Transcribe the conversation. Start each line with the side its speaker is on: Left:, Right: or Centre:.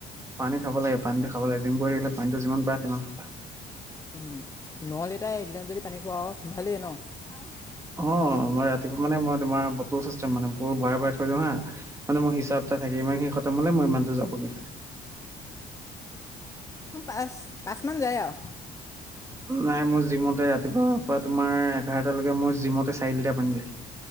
Right: পানী খাব লাগে, পানীটো খাব লাগে, জিম কৰি থাকিলে পানীটো যিমান পায় সিমান খাবা।
Left: উম নহ'লে তাই এদিনত যদি পানী খোৱা সোনধালেইে ন <unintelligible>
Right: অ মই ৰাতিপুৱা মে মই তোমাৰ বটল চিষ্টেম মানে ব ভৰাই ভৰাই থৈ দিওঁ হা মানে মই হিচাপ এটা থাকে ইমান খিনি খতম হলে মই ইমানতো যাবগৈ।
Left: পাঁচ পাঁচ মান যায় আৰু
Right: নাই মোৰ জিমতে ৰাতিপুৱাৰ পৰা তোমাৰ এঘাৰটালৈকে মোৰ জিমতে চাৰিলিটা পানী যায়।